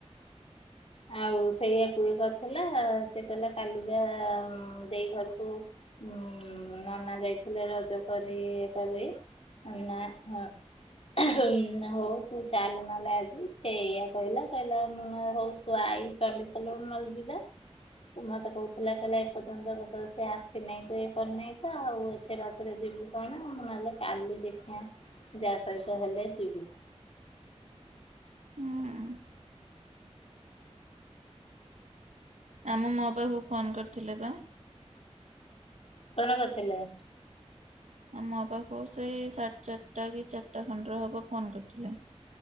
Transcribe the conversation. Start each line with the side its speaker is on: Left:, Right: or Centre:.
Left: ଆଉ ସେଇଆକୁ ଇ କରିଥିଲା ସେ କହିଲା କାଲିିଜା ଦେଇ ଘରକୁ ହୁଁ ନନା ଯାଇଥିଲେ ରଜ କରି ଇଏ କରିବି। ଆ ନା ହଁ। ଉ ହଉ ତୁ ଚାଲ ନହେଲେ ଆଜି ସେ ଏଇଆ କହିଲା କହିଲା ମୁଁ ହଉ ତୁ ଆଇଲେ ଚଣ୍ଡିଖୋଲରୁ ନହେଲେ ଯିବା। ମତେ କହୁଥିଲା କହିଲେ ଏପର୍ଯ୍ୟନ୍ତ ସେ ଆସିନାହିଁ ତ ଇଏ କରିନାହିଁ ତ ଆଉ ଏତେ ରାତିରେ ଯିବୁ କଣ ମୁଁ ନହେଲେ କାଲି ଦେଖିବା ଯାହା ସହିତ ହେଲେ ଯିବୁ
Right: ହୁଁ। ଆମ ମୋ ପାଖକୁ ଫୋନ କରିଥିଲେ ବା
Left: ଫୋନ କରିଥିଲେ?
Right: ଆ ମୋ ପାଖକୁ ସେଇ ସାଢେ ଚାରିଟା କି ଚାରିଟା ପନ୍ଦର ହବ ଫୋନ କରିଥିଲେ।